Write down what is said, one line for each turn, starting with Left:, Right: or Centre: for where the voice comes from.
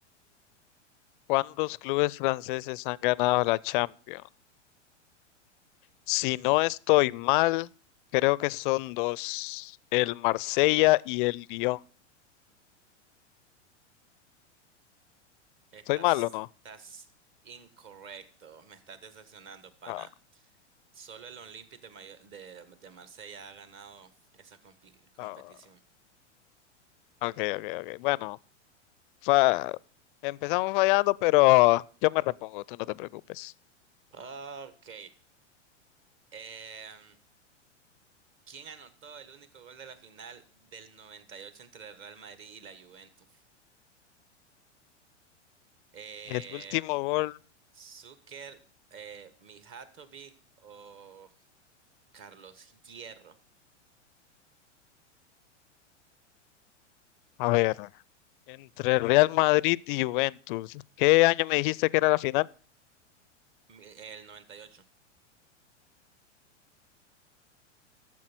Left: ¿Cuántos clubes franceses han ganado la Champions? Si no estoy mal, creo que son dos, el Marsella y el Lyon.
Right: Estás,
Left: ¿Estoy mal o no?
Right: estás incorrecto. Me estás decepcionando, pana.
Left: No,
Right: Solo el Olympique de, Mayo- de, de Marsella ha ganado esa compi- competición.
Left: no. Ok, ok, ok. Bueno, fa- empezamos fallando, pero yo me repongo, tú no te preocupes.
Right: Ok. Em, ¿quién anotó el único gol de la final del 98 entre el Real Madrid y la Juventus? Eh,
Left: El último gol,
Right: Zucker, eh, Mijatovic o Carlos Hierro.
Left: a ver, entre el Real Madrid y Juventus. ¿Qué año me dijiste que era la final?
Right: Mi- El 98.